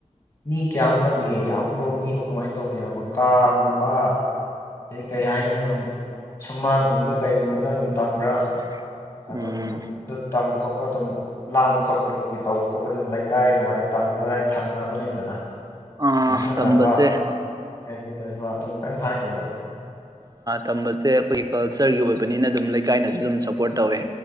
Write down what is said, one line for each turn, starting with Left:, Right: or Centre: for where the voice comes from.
Left: ꯃꯤ ꯀꯌꯥꯃꯨꯛ ꯇꯝꯒꯦ ꯌꯥꯝꯕ꯭ꯔꯣ ꯃꯤꯕꯨ ꯀꯃꯥꯏꯅ ꯇꯧꯒꯦ ꯌꯥꯝꯕ ꯀꯥꯒꯨꯝꯕ ꯑꯗꯩ ꯀꯩ ꯍꯥꯏꯅꯤ ꯑꯗꯨꯝ ꯁꯨꯃꯥꯡꯒꯨꯝꯕ ꯀꯩꯒꯨꯝꯕꯗ ꯑꯗꯨꯝ ꯇꯝꯕ꯭ꯔꯥ
Right: <inaudible>
Left: ꯑꯗꯨꯝ
Right: ꯎꯝ
Left: ꯑꯗꯨ ꯇꯝꯕ ꯈꯣꯠꯄ ꯑꯗꯨꯝ ꯂꯥꯡꯕ ꯈꯣꯠꯄꯗꯒꯤ ꯇꯧꯕ ꯈꯣꯠꯄꯗꯤ ꯑꯗꯨꯝ ꯂꯩꯀꯥꯏ ꯅꯨꯡꯉꯥꯏ ꯇꯝꯃꯤꯕꯔꯥꯏ ꯊꯪꯅꯕ ꯂꯩꯗꯅ
Right: ꯑꯥ
Left: ꯌꯨꯝꯊꯪꯅꯕ
Right: ꯇꯝꯕꯁꯦ
Left: ꯀꯩ ꯀꯩ ꯂꯩꯕ ꯑꯗꯨꯝ ꯀꯔꯤꯝ ꯍꯥꯏꯗꯦ ꯑꯗꯨꯝ
Right: ꯇꯝꯕꯁꯦ ꯑꯩꯈꯣꯏꯒꯤ ꯀꯜꯆꯔꯒꯤ ꯑꯣꯏꯕꯅꯤꯅ ꯑꯗꯨꯝ ꯂꯩꯀꯥꯏꯅꯁꯨ ꯑꯗꯨꯝ ꯁꯞꯄꯣꯔꯠ ꯇꯧꯋꯦ